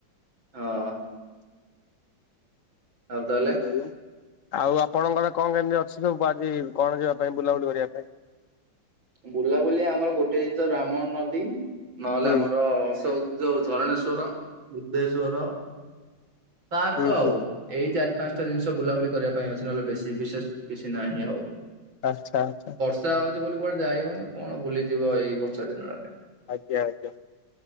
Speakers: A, on the right; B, on the left.
A: ହଁ ଆଉ ତାହେଲେ
B: କଁ କଇଁଲେ ଆଉ ଆପଣଙ୍କର କଣ କେମିତି ଅଛି ସବୁ ଆଜି କଣ ଯିବା ପାଇଁ ବୁଲାବୁଲି କରିବା ପାଇଁ?
A: ବୁଲାବୁଲି ଆମର ଗୋଟେ ଜିନିଷ ବ୍ରାହ୍ମଣ ନଦୀ, ନହେଲେ
B: ହୁଁ
A: ଆମର ସଉ ଯୋଉ ଝରଣେଶ୍ଵର, ବୁଦ୍ଧେଶ୍ଵର ପାର୍କ
B: ହୁଁ
A: ଆଉ।
B: ହୁଁ
A: ଏଇ ଚାରି ପାଂସଟା ଜିନିଷ ବୁଲାବୁଲି କରିବା ପାଇଁ ଅଛି, ନହେଲେ ବେଶୀ ବିଶେଷ କିଛି ନାହିଁ ଆଉ।
B: ଆଚ୍ଛା-ଆଚ୍ଛା।
A: ଵର୍ଷା ହଉଚି ବୋଲି କୁଆଡେ ଯାଇ ହଉନି, କଣ ବୁଲିଯିବ ଏଇ ବର୍ଷା ଦିନଟାରେ।
B: ଆଜ୍ଞା-ଆଜ୍ଞା,